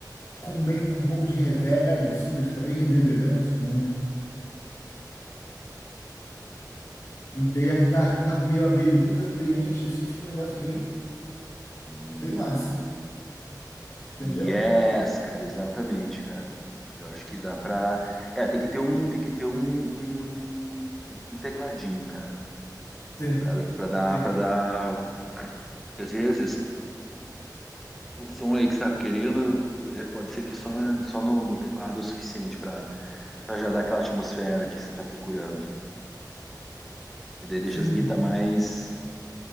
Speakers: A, on the left; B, in the centre.
A: com meio com um pouco de reverb, assim, pra ele ficar bem reverberando, assim, bum, e daí a guitarra meio abelhuda preenche, assim, fica um negócio bem,
B: Uhum.
A: bem massa, entendeu?
B: Yes, cara, exatamente, cara. Eu acho que dá pra. É, tem que ter um, tem que ter um, um, um tecladinho, cara,
A: Thank
B: pra,
A: you,
B: pra dar,
A: thank
B: para dar.
A: you.
B: Às vezes o som aí que está querendo, é, pode ser que só, na- só no, no teclado é o suficiente pra para já dar aquela atmosfera que você tá procurando. E daí deixa
A: Sim,
B: as guitas mais,